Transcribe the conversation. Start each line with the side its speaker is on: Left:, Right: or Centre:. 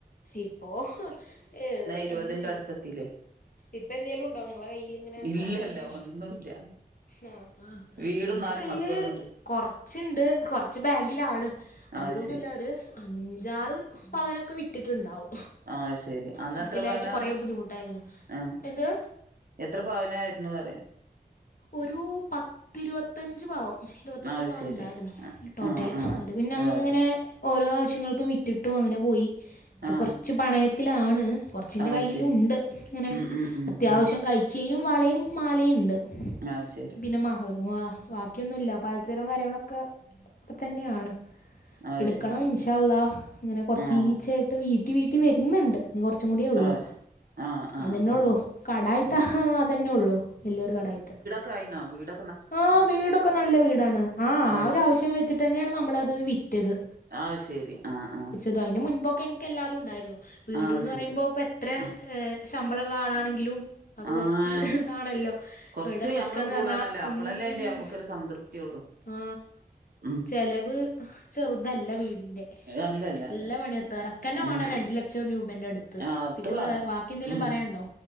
Left: ഇപ്പോഏ
Right: ഇരുപതിന്റെ
Left: ഒന്ന്
Right: അടുത്തെത്തില്ലേ
Left: ഇപ്പ എന്തേലും ണ്ടോ നിങ്ങളെ കയില്ങ്ങനെ
Right: ഇല്ലല്ല
Left: സ്വർണ ഞ്ഞ്
Right: ഒന്നുല്ല
Left: ആ ആ
Right: വീടും
Left: എന്റെ
Right: നാല്
Left: കയ്യില്
Right: മക്കളും ഉണ്ട്
Left: കൊറച്ച്ണ്ട് കൊറച്ച് ബാങ്കിലാണ്
Right: ആഹ്
Left: അധികന്നുല്ല
Right: ശരി
Left: ഒര് അഞ്ചാറ് പവനൊക്കെ വിറ്റ്ട്ട്ണ്ടാവും
Right: ആഹ് ശരി അന്ന്
Left: നാട്ടിലായിട്ട്
Right: എത്ര പവനാന്നു
Left: കൊറെ ബുദ്ധിമുട്ടായിരുന്നു
Right: ആഹ്
Left: എന്ത്.
Right: എത്ര പാവനായിരുന്നു അറിയാ
Left: ഒരു പത്തിരുവത്തഞ്ച് പാവൻ ഇരുപത്തജ്ജ്
Right: ആഹ്
Left: പവൻ
Right: ശരി
Left: ഉണ്ടായിരുന്നു
Right: ആഹ്
Left: ടോട്ടല്
Right: ആഹ്
Left: അത് പിന്നെ അങ്ങനെ
Right: ആഹ് ശ
Left: ഓരോ ആവശ്യങ്ങൾക്കും വിറ്റിട്ടും അങ്ങനെ പോയി ഇപ്പ
Right: ആഹ്
Left: കൊറച്ച് പണയത്തിലാണ് കൊർ ച്ച് ന്റെ
Right: ആഹ്
Left: കയ്യിലുണ്ട്
Right: ശരി
Left: അങ്ങനെ
Right: ഉം ഉം ഉം
Left: അത്യാവശ്യം
Right: ഉം
Left: കഴിച്ചയ്നും വളയും മാലയും ണ്ട്.
Right: അഹ് ശ
Left: പിന്നെ മഹ് റും വാ വാക്കിയൊന്നുല്ല പാൽസാരും കാര്യങ്ങളൊക്കെ തന്നെയാണ്
Right: ആഹ്
Left: എടുക്കണം
Right: ശരി
Left: ഇൻഷാ അല്ല ഇങ്ങനെ കുറച്ച്
Right: ആഹ്
Left: ചീച്ച ആയിട്ട് വീട്ടി വീട്ടി വരുന്നുണ്ട്. ഇഞ്ഞ് കുറച്ചും കൂടിയേ ഒള്ളൂ
Right: ആഹ് ശ ആഹ് ആഹ്
Left: അതന്നെ ഒള്ളു കടായിട്ടാ
Right: ആഹ്
Left: അതന്നെ ഒള്ളൂ വല്യയൊരു കടായിട്ട്.
Right: കായി ണോ വീട്
Left: ആഹ് വീടൊക്കെ നല്ല വീടാണ് ആ
Right: ആഹ്
Left: ആ ഒരു
Right: ശരി
Left: ആവശ്യം വെച്ചിട്ട് തന്നെയാണ് നമ്മളത് വിറ്റത്
Right: അഹ് ശരി ആ ആ
Left: ത് അയിന്റെ മുൻപൊക്കെ ഇൻക്ക് എല്ലാതും ഉണ്ടായിരുന്നു
Right: ആഹ്
Left: വീട്ന്ന്
Right: ശെരി
Left: പറയുമ്പോ എത്ര
Right: ആഹ്
Left: ശമ്പളള്ള ആളാണെങ്കിലും അത്
Right: ആഹ്
Left: കുറച്ച് ഇതാണല്ലോ
Right: കൊറച്ച്
Left: ഇവടെ വെ
Right: ഞമ്മള്
Left: <unintelligible> ഉം
Right: കൂടണല്ലോ അപ്പളല്ലേ അയിന്റെ ഞമ്മക്കൊരു സംതൃപ്തിയൊള്ളു
Left: ആ
Right: ഉം
Left: ചെ ലവ് ചെറുതല്ല വീടിൻ്റെ
Right: അല്ലല്ല
Left: നല്ല
Right: അല്ല
Left: പണി തറക്കന്നെ വേണം
Right: ഉം
Left: രണ്ട് ലക്ഷം രൂപന്റെടുത്ത്
Right: ആഹ് അത്
Left: പിന്നെ
Right: വേണം
Left: വേ വാക്കി എന്തെങ്കിലും
Right: ഉം
Left: പറയാണ്ടോ.